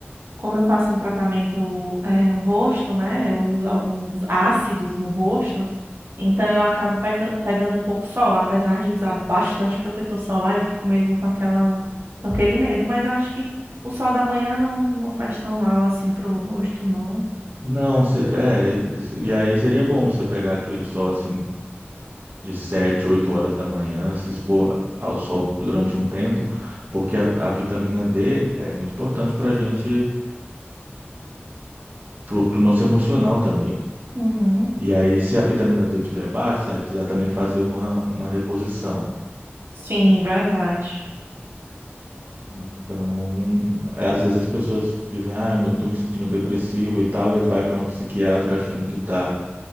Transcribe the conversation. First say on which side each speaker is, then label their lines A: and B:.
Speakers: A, on the right; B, on the right.
A: como eu faço um tratamento, é, no rosto, né? Eu uso alguns ácidos no rosto, então eu acabo peca- pegando um pouco sol. Apesar de usar bastante protetor solar, eu fico mesmo com aquela, com aquele medo, mas eu acho que o sol da manhã não, não faz tão mal assim pro rosto, não.
B: Não, se- é, esse- e aí seria bom você pegar aquele sol assim de 7 8 horas da manhã, se expor ao sol durante um tempo, porque a, a vitamina D é muito importante para a gente, para o nosso emocional também.
A: Uhum.
B: E aí, se a vitamina D tiver baixa, você vai precisar também fazer uma, uma reposição.
A: Sim, verdade.
B: Então, é, às vezes as pessoas dizem, ah, eu tô me sentindo depressivo e tal, aí vai para um psiquiatra achando que tá,